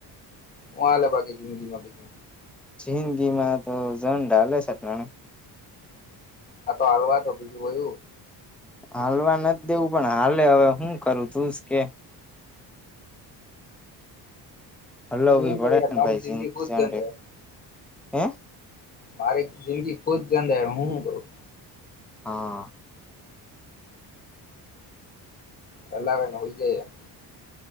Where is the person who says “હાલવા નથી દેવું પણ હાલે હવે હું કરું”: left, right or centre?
Centre